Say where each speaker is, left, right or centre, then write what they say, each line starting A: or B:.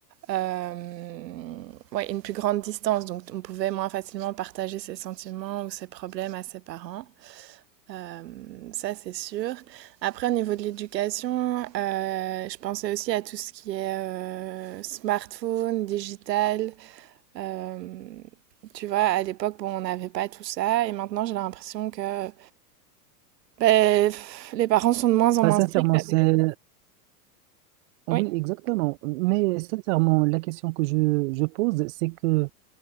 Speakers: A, on the right (about 80°); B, on the right (about 50°).
A: euh, ouais, une plus grande distance. Donc, on pouvait moins facilement partager ses sentiments ou ses problèmes à ses parents. Euh, ça, c'est sûr. Après, au niveau de l'éducation, euh, je pensais aussi à tout ce qui est euh, smartphone, digital. Euh, tu vois, à l'époque, bon, on n'avait pas tout ça. Et maintenant, j'ai l'impression que ben, pff, les parents sont de moins en moins
B: Enfin, sincèrement,
A: stricts avec.
B: c'est... Oui,
A: Oui.
B: exactement. Mais sincèrement, la question que je, je pose, c'est que